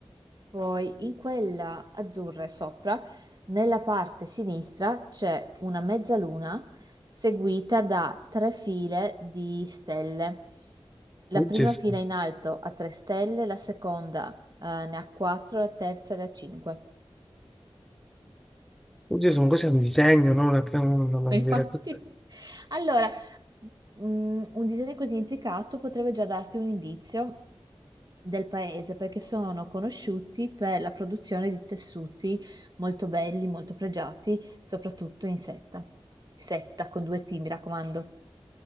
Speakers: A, on the right; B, in the centre.
A: Poi in quella azzurra sopra, nella parte sinistra, c'è una mezzaluna seguita da tre file di stelle. La
B: Oh
A: prima
B: Gesù,
A: fila in alto ha tre stelle, la seconda, eh, ne ha quattro, la terza ne ha cinque.
B: oh Gesù, ma cos'è un disegno, non una, una bandiera?
A: Ma Infatti,
B: Cos'è?
A: allora, mm, un disegno così intricato potrebbe già darti un indizio del paese perché sono conosciuti per la produzione di tessuti molto belli, molto pregiati, soprattutto in setta. Setta con due T, mi raccomando.